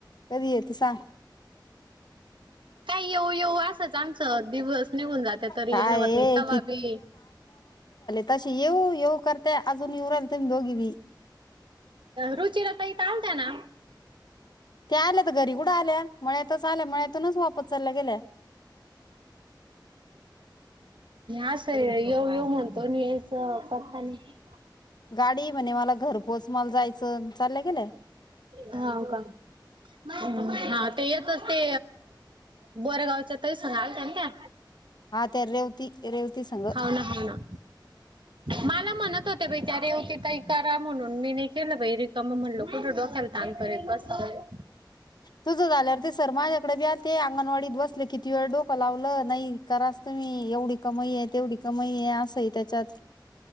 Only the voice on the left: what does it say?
कधी येत सांग?
काय
आहे
तशी येऊ येऊ करते अजून येऊ राल तुम्ही दोघी बी.
त्या आल्या, तर घरी कुठं आल्या मळ्यातच आल्या मळ्यात तुनच वापस चालल्या गेल्या.
गाडी, म्हणे मला घर पोहोच मला जायचं चाललं गेलं?
हा ते रेवती रेवती संघ.
तुझं झाल्यावर ते सर माझ्याकडे बि आल ते, अंगणवाडीत बसले किती वेळ डोकं लावलं नाही करास त मी एवढी कमाई आहे. तेवढी कमाई आहे. असंही त्याच्यात